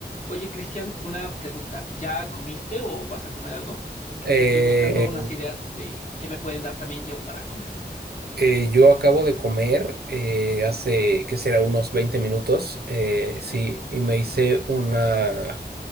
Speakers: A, on the left (about 40°); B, on the right (about 65°).
A: Oye, Cristian, una pregunta. ¿Ya comiste o vas a comer algo? Es que
B: Eh,
A: aquí estoy buscando unas ideas de qué me pueden dar también yo para comer.
B: eh, yo acabo de comer eh, hace, que será? Unos 20 minutos, eh, sí, y me hice una,